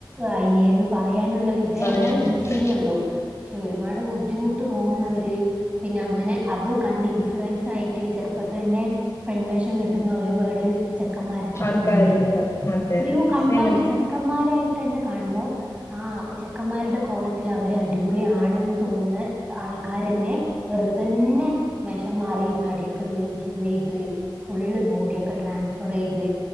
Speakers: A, on the right; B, on the left.
A: അയ്യേ എന്ന് പറയാനുള്ളോര് ഇതേ
B: പറയാനുള്ളത്
A: നമ്മള് ചെയ്യിന്നുള്ളൂ ക്ഷെ ഒരുപാട് ബുദ്ധിമു ട്ട് തോന്നവര് പിന്നെ അങ്ങനെ അത് കണ്ടി മൻസായിട്ട് ചെറുപ്പത്ത് തന്നെ പെൺവേഷം കെട്ടുന്ന ഒരുപാട് ചെക്കന്മാരൊക്കെ
B: ആൾക്കാരുണ്ട്
A: ഇപ്പൊണ്ട്
B: അതെ
A: എത്രയോ
B: അതെ
A: കണ്ടാല്
B: എങ്ങനെ
A: ചെ ക്കന്മാരായിട്ട് തന്നെ കാണുമോ? ആ ചെക്കന്മാരുടെ കോല ത്തില് അവരെ അടിപൊളിയാണെന്ന് തോനുന്ന ആൾ ക്കാര്ന്നെ വെറുതെ തന്നെ വേഷം മാറി താടിയൊക്കെ ക്ലീൻ ചെയ്ത് ഫുള്ള് ബോഡിയെക്കെ ട്രാൻഫറ് ചെയ്ത്